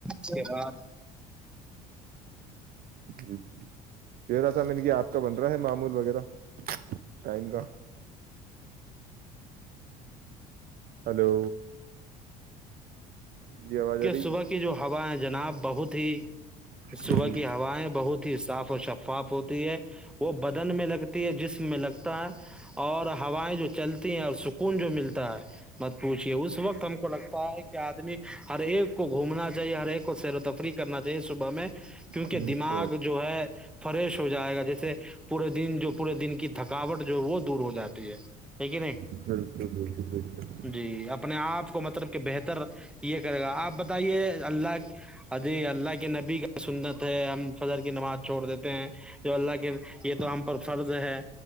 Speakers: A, in the centre; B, on the right.
A: کے بعد
B: جی جی کہہ رہا تھا میں نے کہ آپ کا بن رہا ہے معمول وغیرہ ٹائم کا ہلو۔ جی آواز
A: کیہ
B: آ رہی
A: صبح کی جو ہوا ہے جناب بہت ہی
B: ہے
A: صبح
B: جی
A: کی ہوائیں بہت ہی صاف اور شفاف ہوتی ہے وہ بدن میں لگتی ہے جسم میں لگتا ہے اور ہوائیں جو چلتی ہیں اور سکون جو ملتا ہے مت پوچھیے اس وقت ہم کو لگتا ہے کہ آدمی ہر ایک کو گھومنا چاہیے ہر ایک کو سیر و تفریح کرنا چاہیے صبح میں کیونکہ
B: اچھا
A: دماغ جو ہے فریش ہو جائے گا جیسے پورے دن جو پورے دن کی تھکاوٹ جو ہے وہ دور ہو جاتی ہے ٹھیک ہے نہیں
B: بالکل بالکل بے شک
A: جی اب اپنے آپ کو مطلب کہ بہتر یہ کرے گا آپ بتائیے اللہ اجی اللہ کے نبی کا سنت ہے ہم فجر کی نماز چھوڑ دیتے ہیں جو اللہ کے یہ تو ہم پر فرض ہے